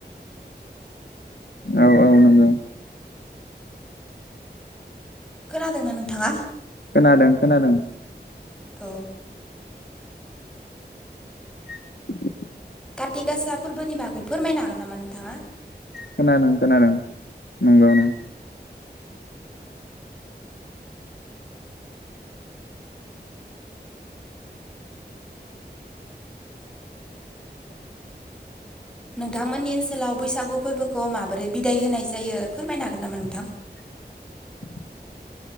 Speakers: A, on the left; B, in the centre.
A: औ औ नंगौ
B: खोनादोंना नोंथाङा
A: खोनादों खोनादों
B: औ
A: <inaudible>
B: काति गासा फोरबोनि बागै फोरमायनो हागोन नामा नोंथाङा
A: खोनादों खोनादों नंगौ नों
B: नोंथांमोननि ओनसोलाव बैसागु फोरबोखौ माबोरै बिदाय होनाय जायो फोरमायनो हागोन नामा नोंथां
A: <inaudible>